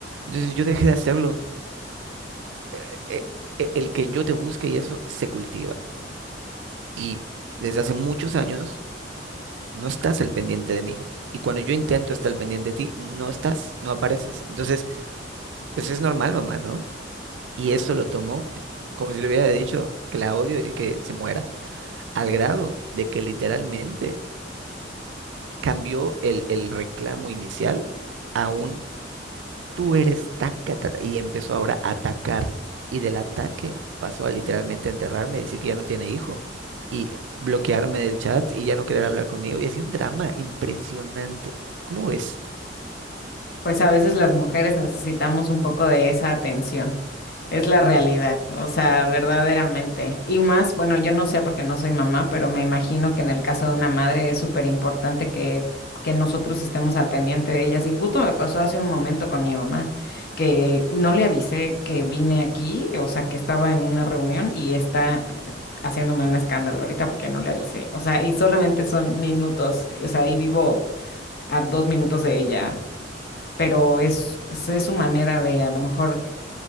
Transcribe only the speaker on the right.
Entonces yo dejé de hacerlo. eh, eh, eh, el que yo te busque y eso se cultiva. Y desde hace muchos años no estás al pendiente de mí. Y cuando yo intento estar al pendiente de ti, no estás, no apareces. Entonces, pues es normal, mamá, ¿no? Y eso lo tomó como si le hubiera dicho que la odio y que se muera. Al grado de que literalmente cambió el, el reclamo inicial a un tú eres taca, taca", y empezó ahora a atacar. Y del ataque pasó a literalmente enterrarme, decir que ya no tiene hijo y bloquearme del chat y ya no querer hablar conmigo. Y hacía un drama impresionante. ¿Cómo ves?